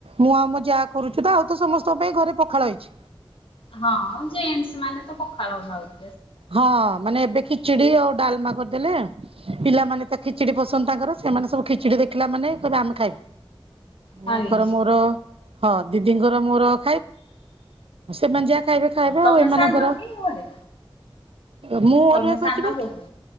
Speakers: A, on the right; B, on the left.
A: ମୁଁ ଆଉ ଆମ ଯା କରୁଛୁ ତ ଆଉ ତ ସମସ୍ତଙ୍କ ପାଇଁ ଘରେ ପଖାଳ ହେଇଛି।
B: ହଁ ଜେଣ୍ଟସ ମାନେ ତ ପଖାଳ ଖାଉଥିବ
A: ହଁ ମାନେ ଏବେ ଖିଚୁଡି ଆଉ ଡାଲମା କରିଦେଲେ ପିଲାମାନେ ତ ଖିଚଡି ପସନ୍ଦ ତାଙ୍କର ସେମାନେ ସବୁ ଖିଚୁଡି ଦେଖିଲା ମାନେ ଆମେ ଖାଇବୁ
B: ହଁ
A: ୟାଙ୍କର
B: କି
A: ମୋର ହଁ ଦିଦିଙ୍କର ମୋର ଖାଇ ସେମାନେ ଯାହା ଖାଇବେ ଖାଇବେ
B: ତମେ
A: ଆଉ ଏମାନଙ୍କର
B: ସାନ କି ଘରେ
A: ମୁଁ
B: ତମେ
A: ଅରୁଆ କରିଛି
B: ସାନ
A: ବା
B: ବୋହୂ